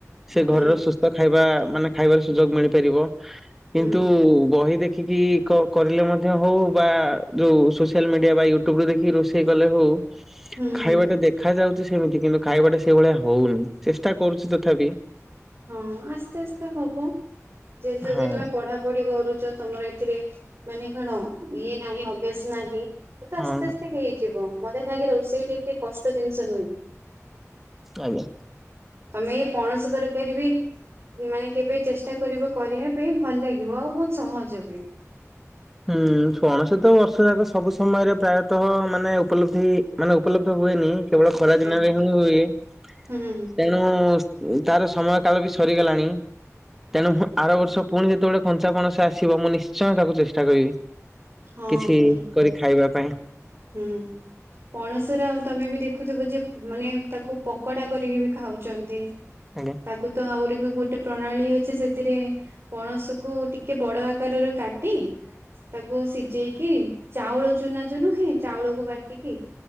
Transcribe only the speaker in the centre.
ସେ
ଘରର ସୁ ଖାଇବା ମାନେ ଖାଇବାର ସୁଯୋଗ ମିଳିପାରିବ
କିନ୍ତୁ ବହି ଦେଖିକି। କ-କହିଲେ ମଧ୍ୟ ହଉ ବା ଯୋଉ ସୋସିଆଲ ମିଡିଆ ବା ୟୁଟ୍ୟୁବୁ ରୁ ଦେଖି ରୋଷେଇ କଲେ ହଉ।
ଖାଇବାଟା
ଦେଖା ଯାଉଛି ସେମିତି କିନ୍ତୁ ଖାଇବାଟା ସେଇଭଳିଆ ହଉନି ଚେଷ୍ଟା କରୁଛି ତଥାପି।
ହଁ
ହଁ
ଆଜ୍ଞା।
ଆଜ୍ଞା।
ହୁଁ ପଣସ ତ ବର୍ଷ ଯାକ ସବୁ ସମୟରେ ପ୍ରାୟତଃ ମାନେ ଉପଲବ୍ଧି ମାନେ ଉପଲବ୍ଧ ହୁଏନି। କେବଳ ଖରା
ଦିନରେ ହିଁ ହୁଏ ତେଣୁ।
ତାର ସମୟ କାଳ ବି ସରିଗଲାଣି। ତେଣୁ ଆର ବର୍ଷ ପୁଣି ଯେତେବେଳେ କଞ୍ଚା ପଣସ ଆସିବ ମୁଁ ନିଶ୍ଚୟ ତାକୁ ଚେଷ୍ଟା କରିବି।
କିଛି
କରି ଖାଇବା ପାଇଁ।
ଆଜ୍ଞା।